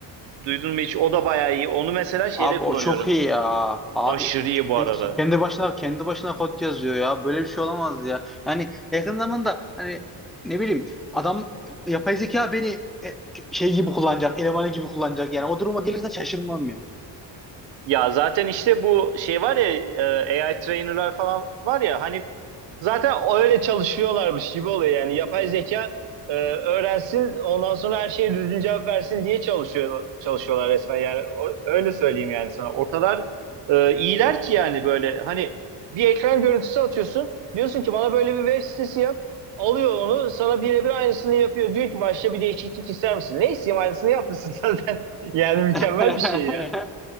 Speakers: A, on the right; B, in the centre.
A: e, duydun mu hiç o da bayağı iyi. Onu mesela şeyde
B: Abi
A: kullanıyorum.
B: o çok iyi ya. Abi
A: Aşırı iyi bu
B: kendi,
A: arada.
B: kendi başına kendi başına kod yazıyor ya. Böyle bir şey olamaz ya. Yani yakın zamanda hani ne bileyim adam yapay zeka beni e, şey gibi kullanacak, elemanı gibi kullanacak. Yani o duruma gelirse şaşırmam ya.
A: Ya zaten işte bu şey var ya e, AI trainer'lar falan var ya hani zaten öyle çalışıyorlarmış gibi oluyor yani yapay zeka e, öğrensin ondan sonra her şeye düzgün cevap versin diye çalışıyor çalışıyorlar resmen yani O- öyle söyleyeyim yani sana o kadar e, iyiler ki yani böyle hani bir ekran görüntüsü atıyorsun diyorsun ki bana böyle bir web sitesi yap alıyor onu sana birebir aynısını yapıyor diyor ki başka bir değişiklik ister misin ne isteyeyim aynısını yapmışsın <laughs> zaten yani mükemmel
B: <laughs>
A: bir şey